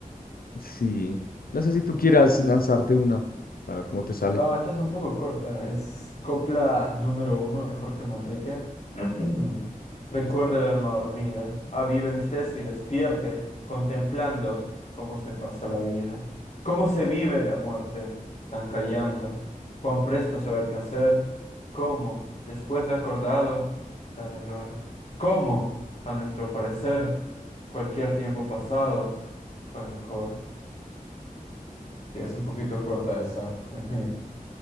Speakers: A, on the left; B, on the left.
A: Sí. No sé si tú quieras lanzarte una, a ver cómo te sale.
B: Va, esta es un poco corta. Es copla número uno de Jorge Manrique. <clears throat> Recuerda el alma dormida, avive el seso y despierte, contemplando cómo se pasa la vida, cómo se vive la muerte, tan callando, cuán presto se va el placer, cómo, después de acordado, da dolor, cómo, a nuestro parecer, cualquier tiempo pasado fue mejor. Sí, es un poquito corta esa. <laughs>